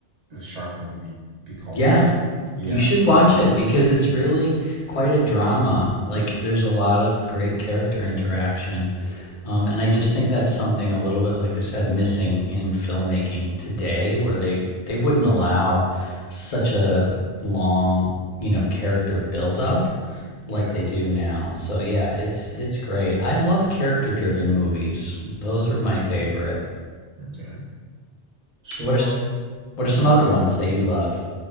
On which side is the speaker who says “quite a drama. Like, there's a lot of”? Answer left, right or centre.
Left